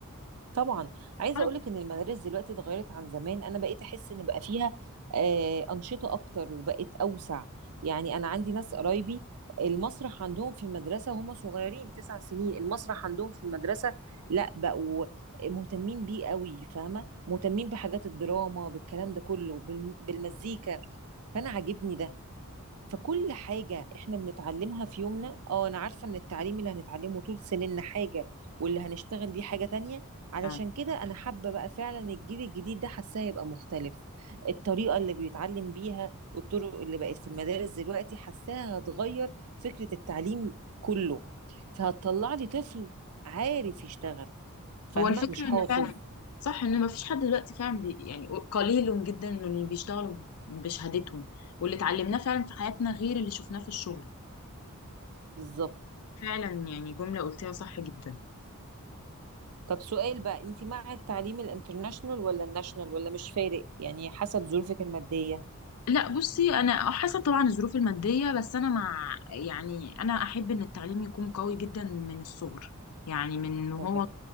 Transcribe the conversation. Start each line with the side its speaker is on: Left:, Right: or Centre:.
Right: طبعا عايزه
Left: عارف-
Right: اقولك ان المدارس دلوقتي اتغيرت عن زمان انا بقيت احس ان بقى فيها آه، انشطه اكتر وبقت اوسع يعني انا عندي ناس قرايبي المسرح عندهم في المدرسه هم صغيرين تسع سنين المسرح عندهم في المدرسه لا بقوا مهتمين بيه قوي فاهمه مهتمين بحاجات الدراما بالكلام ده كله بالم- بالمزيكا فانا عاجبني ده فكل حاجة احنا بنتعلمها في يومنا اه انا عارفة ان التعليم اللي هنتعلمه طول سننا حاجة واللي هنشتغل بيه حاجة تانية علشان
Left: آه.
Right: كده انا حابة بقى فعلا الجيل الجديد ده حاساه يبقى مختلف الطريقة اللي بيتعلم بيها والطرق اللي بقت في المدارس دلوقتي حاساها هتغير فكرة التعليم كله فهتطلع لي طفل عارف يشتغل فاهمة
Left: هو الفكره
Right: مش حافظ
Left: ان فعلا صح ان ما فيش حد دلوقتي فعلا بي يعني قليل جدا إنه اللي بيشتغلوا بشهادتهم واللي اتعلمناه فعلا في حياتنا غير اللي شفناه في الشغل
Right: بالظبط
Left: فعلا يعني جمله قلتيها صح جدا
Right: طب سؤال بقى انت مع التعليم الانترناشنال ولا الناشنال ولا مش فارق يعني حسب ظروفك المادية
Left: لا بصي انا حسب طبعا الظروف الماديه بس انا مع يعني انا احب ان التعليم يكون قوي جدا من الصغر يعني من هو
Right: تمام